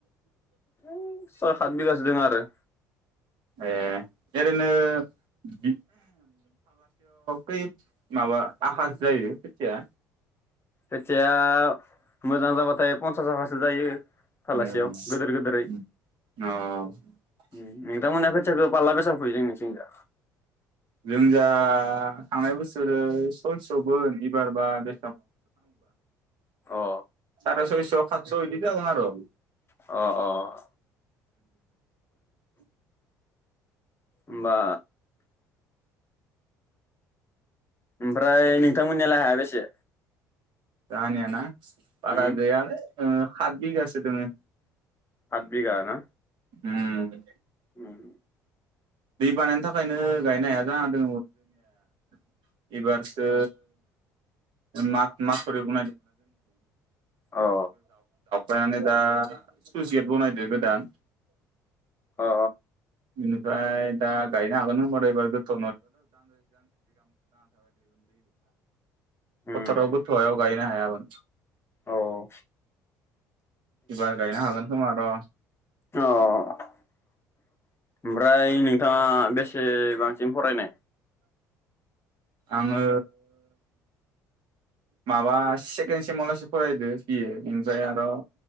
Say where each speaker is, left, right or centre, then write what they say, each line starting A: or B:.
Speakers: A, on the left (about 25°); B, on the right (about 60°).
A: है सात हाद बिगासो दङआरो
B: एह ओरेनो <unintelligible> कै माबा आहास जायो खोथिया?
A: खोथिया मोजां जाबाथाय पन्सास <unintelligible> जायो।
B: ओं
A: फालासेयाव गिदिर
B: ओम
A: गिदिरै
B: औ
A: उम नोंथांमोना खोथियाखौ फारला बेसेबां फोयो नोंसोनिथिंजा?
B: जों इजा थांनाय बोसो <unintelligible> खौबो बिबार बा <unintelligible>
A: अ
B: सारे सयस खातस इदि जागोन आर। ओम
A: अ अ होमबा ओमफ्राय नोंथांमोननियालाय हाया बेसे?
B: जाहानिया ना? बारा
A: उम
B: गैयालै ओ हात बिगासो दङो।
A: आद बिगा ना?
B: उम
A: उम
B: दै बानायनि थाखायनो गायनाय हाया जानादो <unintelligible> एबारसो माग-माग फोर <unintelligible> <unintelligible>
A: अ
B: बायानो दा <unintelligible> गेत बनायदो गोदान।
A: अ
B: बिनिफ्राय दा गायनो हागोन होमबा दा एबार <unintelligible> <unintelligible> दै <unintelligible>
A: उम
B: फथाराव <unintelligible> गाय <unintelligible>
A: औ औ
B: इबार गायनो हागोन खोमा र
A: <unintelligible> ओमफ्राय नोंथाङा बेसेबांसिम फरायनाय?
B: आङो माबा सेकेन्द सेमलासि फरायदो बि ए ओमफ्राय आर